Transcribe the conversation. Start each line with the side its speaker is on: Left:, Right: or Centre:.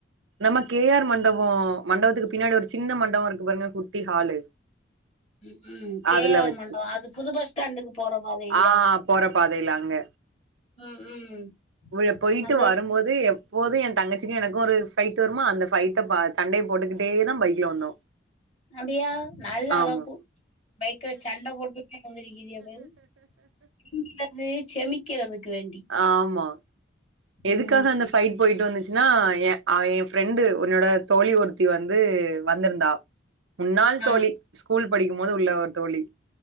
Right: நம்ம கே ஆர் மண்டபோ மண்டபத்துக்கு பின்னாடி ஒரு சின்ன மண்டபோ இருக்கு பாருங்க குட்டி ஹாலு
Left: ம் ம் கே
Right: அதுல
Left: ஆர்
Right: வெச்சி
Left: மண்டபோ அது புது பஸ் ஸ்டாண்டுக்கு போற பாதையிலயா
Right: ஆ போற பாதைல அங்க
Left: ம் ம்
Right: உள்ள போய்ட்டு
Left: அந்த
Right: வரும்போது எப்போது எ தங்கச்சிக்கு எனக்கு ஒரு ஃபைட் வருமா அந்த ஃபைட்ட பா சண்டைய போட்டுக்கிட்டே தா பைக்ல வந்தோ
Left: அப்டியா நல்ல
Right: ஆமா
Left: அளப்பு பைக்ல சண்டே போட்டுட்டே வந்திருக்கீறிய பாரு தின்னது செமிக்கிறதுக்கு வேண்டி
Right: ஆமா எதுக்காக
Left: ம்
Right: அந்த
Left: சரி.
Right: ஃபைட் போய்ட் வந்துச்சுன்னா எ அவ எ ஃப்ரெண்டு என்னோட தோழி ஒருத்தி வந்து வந்திருந்தா முன்னாள்
Left: ஆ
Right: தோழி ஸ்கூல் படிக்கும்போது உள்ள ஒரு தோழி